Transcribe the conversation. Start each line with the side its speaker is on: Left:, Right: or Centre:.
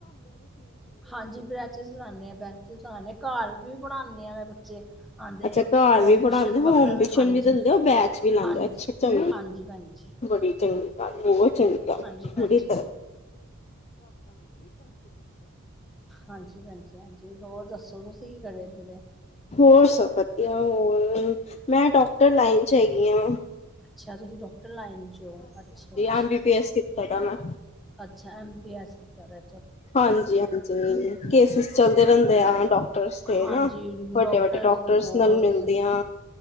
Centre: ਹਾਂਜੀ ਬ੍ਰੈਚਿਸ ਲਾਨਦੇ ਆ ਬੈਚਿਸ ਲਾਣੇ ਘਰ ਵੀ ਪੜਾਨੀ ਆ ਮੈਂ ਬੱਚੇ। ਆਉਂਦੇ
Left: ਅੱਛਾ,
Centre: ਨੇ
Left: ਘਰ
Centre: ਹੋਮ
Left: ਵੀ ਪੜਾਂਦੇ
Centre: ਟਿਊਸ਼ਨ
Left: ਓ,
Centre: ਵੱਖਰੇ
Left: ਹੋਮ ਟਿਊਸ਼ਨ
Centre: ਹਾਂਜੀ
Left: ਵੀ ਦਿੰਦੇ ਓ, ਬੈਚ ਵੀ ਲਾਂਦੇ
Centre: ਹਾਂਜੀ
Left: ਓ, ਅੱਛਾ-ਅੱਛਾ।
Centre: ਹਾਂਜੀ ਭੈਣ ਜੀ
Left: ਬੜੀ ਚੰਗੀ ਗੱਲ, ਬਹੁਤ ਚੰਗੀ ਗੱਲ,
Centre: ਹਾਂਜੀ ਭੈਣ
Left: ਬੜੀ
Centre: ਜੀ
Left: ਤਰ
Centre: ਹਾਂਜੀ, ਭੈਣ ਜੀ ਹਾਂਜੀ ਹੋਰ ਦੱਸੋ ਤੁਸ ਕੀ ਕਰੇ ਫਿਰ।
Left: ਹੋਰ, ਸਬ ਵਧੀਆ ਹੋਰ ਮੈਂ ਡਾੱਕਟਰ ਲਾਈਨ ਚ ਹੈਗੀ ਆਂ।
Centre: ਚਾਚਾ ਜੀ ਤੋਂ ਲਾਈਨ ਚ, ਅੱਛਾ-ਅੱਛਾ,
Left: ਐਮ ਬੀ ਬੀ ਐਸ ਕੀਤਾ ਦਾ ਮੈਂ
Centre: ਅੱਛਾ ਐਮ ਪੀ ਐਸ ਕੀਤਾ ਦੈ
Left: ਹਾਂਜੀ ਹਾਂਜੀ, ਕੇਸਿਸ ਚੱਲਦੇ ਰਹਿੰਦੇ ਆ ਡਾਕਟਰਸ ਤੇ
Centre: ਹਾਂਜੀ
Left: ਨਾ ਵੱਡੇ -ਵੱਡੇ ਡਾਕਟਰਸ
Centre: ਦੇ ਬਹੁਤ
Left: ਨਾਲ ਮਿਲਦੇ ਆ